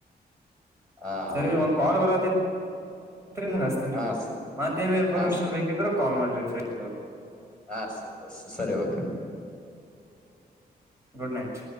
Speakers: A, in the centre; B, on the right (about 15°).
A: ಹಾ
B: ಸರಿ
A: ಹೌದ್ರಿ
B: ಒಂದ್
A: ಕರೆಕ್ಟ್
B: ಕಾಲ್ ಬರ ರಿಮಗ್ ಹಸ್ತನ್
A: ಹಾ
B: ಮತ್
A: ಸ-
B: ಮತ್ತೇಏನ್ ಇನ್ಫಾರ್ಮೇಶನ್
A: ಹಾ
B: ಬೇಕಿದ್ರರು ಕಾಲ್ ಮಾಡ್ರಿ ಫ್ರೀತಿ
A: ಹ ಸರಿ ಓಕೆ
B: ಗುಡ್ ನೈಟ್